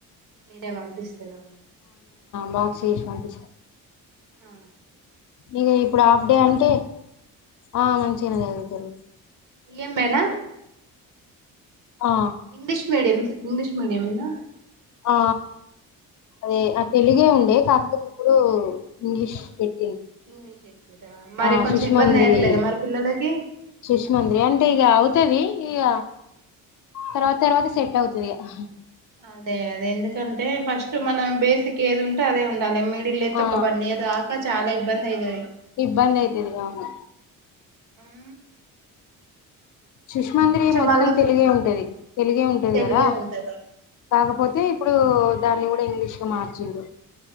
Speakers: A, on the right; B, on the left.
A: మీడే వంపిస్తారా
B: బాక్సి సంపూ చే
A: ఆ
B: ఇగ ఇప్పుడు హాఫ్ డే అంటే ఆ మంచిగానే చదువుతరు
A: ఇయ్యం బేన
B: ఆ
A: ఇంగ్లీష్ మీడియం స్ ఇంగ్లీష్ మీడియంమేనా.
B: ఆ అదే ఆ తెలుగే ఉండే కాకపోతే ఇప్పుడు ఇంగ్లీష్. పెట్టిరు
A: ఇంగ్లీష్ వేసిరా మరి
B: ఆ
A: కొంచెం
B: శిశుమంద్రి,
A: ఇబ్బంది అయ్యట్లేదా మరి పిల్లలకి
B: శిశుమంద్రి అంటే ఇగ అ అయితది ఇగ తర్వాత తర్వాత సెట్ అవుతది ఇగా.
A: అదే అ దే ఎందుకంటే ఫస్ట్ మన బేసిక్ ఏది ఉంటే అదే ఉం గదే మిడిల్లేతే
B: ఆ
A: ఒక వన్నీయర్ దాకా చాలా ఇ బ్బంది అయితది.
B: ఇబ్బంది అయితది అవును.
A: అం
B: శిశుమందిరి మొత్తం
A: వాళ్ళకు
B: తెలుగే ఉంటది. తెలుగే ఉంటది
A: తెలుగే
B: కదా
A: ఉంటది
B: కాకపోతే ఇప్పుడు దాన్ని కూడా ఇంగ్లీష్గా మార్చిండు.